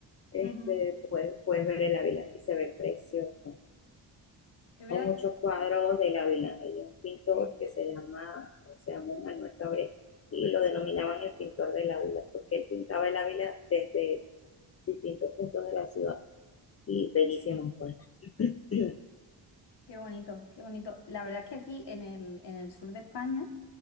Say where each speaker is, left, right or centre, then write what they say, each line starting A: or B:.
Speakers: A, on the left; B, on the left.
A: Este,
B: Ujú.
A: puedes, puedes ver el Ávila y se ve precioso.
B: Es verdad
A: Hay muchos
B: que
A: cuadros de Ávila. Hay un pintor
B: sí.
A: que se llama, se llama Manuel Cabré y lo denominaban el pintor del Ávila porque él pintaba el Ávila desde distintos puntos de la ciudad y bellísimo, pues. <clears throat> <coughs>
B: Qué bonito, qué bonito. La verdad es que aquí en el, en el sur de España.